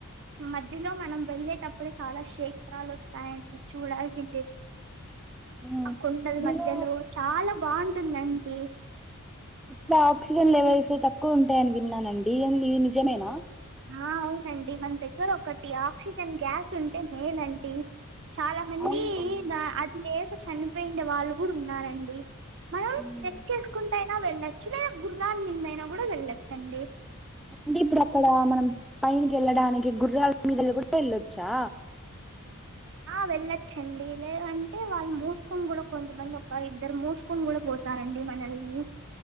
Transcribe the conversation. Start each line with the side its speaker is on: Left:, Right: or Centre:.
Right: మధ్యలో మనం వెళ్ళేటప్పుడు చాలా క్షేత్రాలు వస్తాయండి చూడాల్సింది
Centre: ఉమ్
Right: ఆ కొండల
Centre: నేను
Right: మధ్యలో చాలా బాణా టి న్నాండి
Centre: అట్లా ఆక్సిజన్ లెవెల్స్ తక్కువ ఉంటాయని విన్నానండి ఇది నిజమేనా
Right: ఆ అవునండి మన దగ్గర ఒకటి ఆక్సిజన్ గ్యాస్ ఉంటే మేలండి చాలా మంది
Centre: అవునండి
Right: దా అది లే చనిపోయిండే వాళ్ళు కూడా ఉన్నారండి మనం
Centre: ఉమ్
Right: చెక్ చేసుకుంటా హా వెళ్ళొచ్చు లే గుర్రాల్ మింద అయినా కూడా వెళ్ళచ్చండి
Centre: అంటే ఇప్పుడు అక్కడ మనం పైకి వెళ్ళడానికి గుర్రాల్ మీద కూడా వెళ్ళొచ్చా
Right: ఆ వెళ్ళచ్చండి లేదంటే వాళ్ళు మోసుకొని కూడా కొంతమంది ఒక ఇద్దరు మోసుకొని కూడా పోతారండి మనల్ని